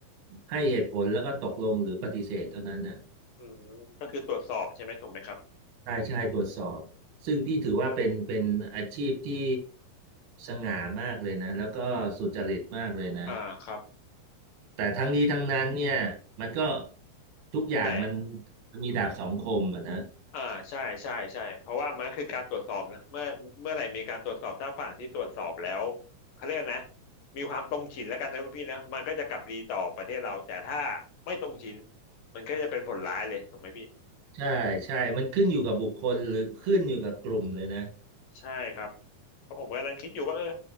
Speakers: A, on the right; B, on the left.
A: ให้เหตุผลแล้วก็ตกลงหรือปฏิเสธเท่านั้นน่ะ
B: อืมก็คือตรวจสอบใช่ไหมถูกไหมครับ
A: ใช่ใช่ตรวจสอบซึ่งพี่ถือว่าเป็นเป็นอาชีพที่สง่ามากเลยนะแล้วก็สุจริตมากเลยนะ
B: อ่าครับ
A: แต่ทั้งนี้ทั้งนั้นเนี่ยมันก็ทุกอย่างมัน
B: แต่
A: มีดาบสองคมอะนะ
B: อ่าใช่ใช่ใช่เพราะว่ามันก็คือการตรวจสอบนะเมื่อเมื่อไหร่มีการตรวจสอบถ้าฝั่งที่ตรวจสอบแล้วเขาเรียกนะมีความตรงฉินแล้วกันนะพี่นะมันก็จะกลับดีต่อประเทศเราแต่ถ้าไม่ตรงฉินมันก็จะเป็นผลร้ายเลยถูกไหมพี่
A: ใช่ใช่มันขึ้นอยู่กับบุคคลหรือขึ้นอยู่กับกลุ่มเลยนะ
B: ใช่ครับเพราะผมกำลังคิดอยู่ว่าเออ